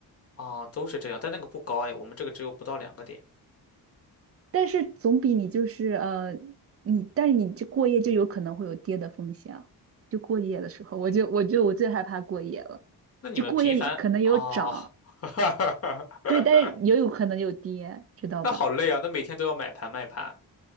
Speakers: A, on the left; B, on the right.
A: 啊，都是这样，但那个不高哎，我们这个只有不到两个点。
B: 但是总比你就是呃你，但是你这过夜就有可能会有跌的风险啊。就过夜的时候，我就我就我最害怕过夜了。
A: 那你们频繁哦，
B: 就过夜可能有涨，
A: <laughs>
B: 对，但是也有可能有跌，知道吧？
A: 那好累啊，那每天都要买盘卖盘，